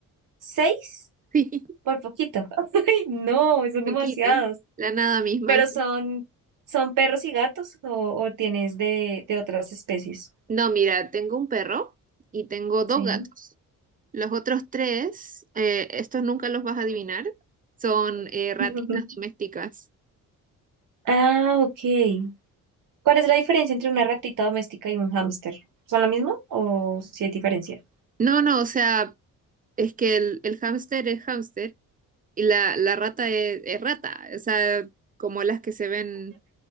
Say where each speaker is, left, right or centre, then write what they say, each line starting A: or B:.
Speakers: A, on the right; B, on the right.
A: ¿Seis?
B: Sí, <laughs>
A: Por poquito. <laughs> no, son
B: poquito.
A: demasiados.
B: La nada misma.
A: Pero
B: sí.
A: son, son perros y gatos o, o tienes de, de otras especies.
B: No, mira, tengo un perro y tengo
A: Sí.
B: dos gatos. Los otros tres, eh, estos nunca los vas a adivinar, son eh, ratitas
A: <laughs>
B: domésticas.
A: Ah, ok. ¿Cuál es la diferencia entre una ratita doméstica y un hámster? ¿Son lo mismo o si hay diferencia?
B: No, no, o sea, es que el, el hámster es hámster y la, la rata es, es rata, o sea, como las que se ven